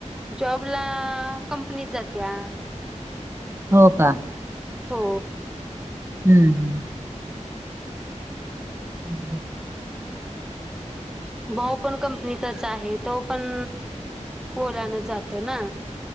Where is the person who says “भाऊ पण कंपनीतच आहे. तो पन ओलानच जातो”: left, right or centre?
Centre